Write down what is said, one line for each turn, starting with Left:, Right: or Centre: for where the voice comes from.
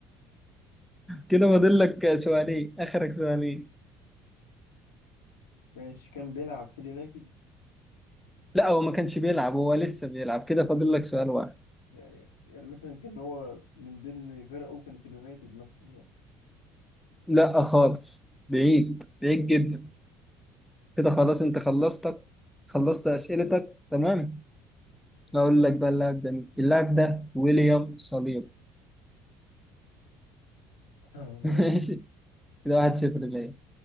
Centre: كده فاضل لك سؤالين
Left: مم.
Centre: اخرك سؤالين
Left: ماشي كان بيلعب في اليونايتد
Centre: لا هو ما كانش بيلعب هو لسه بيلعب كده فاضل لك سؤال واحد
Left: يعني يعني مثلا كان هو من ضمن فرقه كانت اليونايتد مثلا
Centre: لا خالص بعيد بعيد جدا كده خلاص انت خلصتك خلصت اسئلتك تمام اقول لك بقى اللاعب ده مين اللاعب ده ويليام صليب
Left: <laughs> ماشي
Centre: <laughs> ماشي كده واحد صفر ليا
Left: مم.